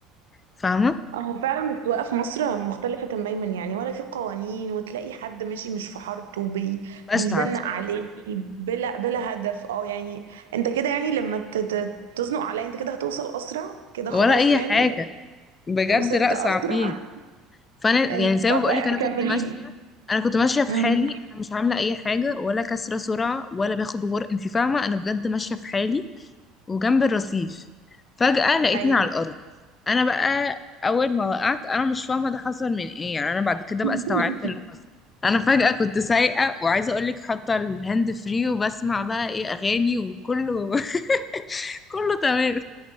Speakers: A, on the left; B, on the right.
A: فاهمة؟
B: آه، هو فعلا السواقة في مصر مختلفة تماما يعني ولا في قوانين وتلاقي حد ماشي مش في حارته بي
A: بشعة
B: بيزنق
A: بصراحة
B: عليك بلا بلا هدف اه يعني انت كده يعني لما ت- ت- تزنق عليا انت كده هتوصل اسرع كده
A: ولا
B: خلاص
A: أي
B: يعني
A: حاجة بجد
B: وصلت
A: لأ
B: اسرع
A: صعبين فانا يعني
B: ايوه
A: زي
B: طب
A: ما بقولك انا كنت
B: كملي
A: ماشيه
B: لي
A: انا كنت ماشيه في
B: امم
A: حالي انا مش عامله اي حاجه ولا كسره سرعه ولا باخد غر انت فاهمه انا بجد ماشيه في حالي وجنب الرصيف فجاه لقيتني
B: ايوه
A: على الارض انا بقى اول ما وقعت انا مش فاهمه ده حصل من ايه يعني انا بعد كده
B: <laughs>
A: بقى استوعبت اللي حصل انا فجاه كنت سايقه وعايزه اقولك حاطه الهاند فري وبسمع بقى ايه اغاني وكله <laughs> كله تمام